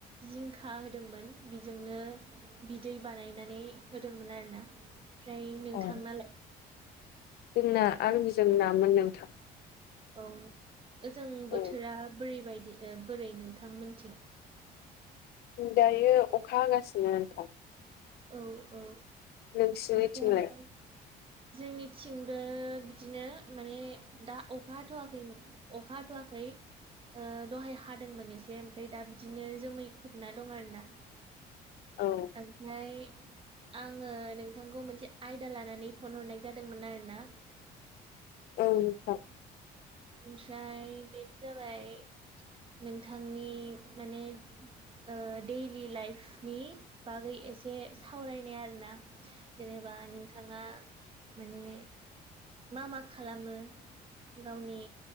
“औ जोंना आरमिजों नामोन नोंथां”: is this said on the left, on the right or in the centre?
Left